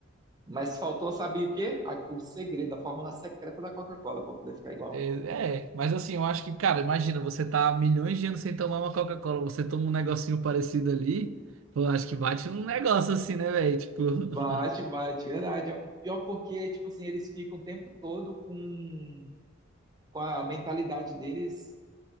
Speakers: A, on the right; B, on the right.
A: Mas faltou, sabe o quê? A- o segredo, a fórmula secreta da Coca-Cola para poder ficar igual.
B: É, é, mas assim, eu acho que, cara, imagina, você tá há milhões de anos sem tomar uma Coca-Cola, você toma um negocinho parecido ali, eu acho que bate num negócio assim, né, velho? Tipo, <laughs>
A: Bate, bate, verdade, ó. Pior porque, tipo assim, eles ficam o tempo todo com, com a mentalidade deles.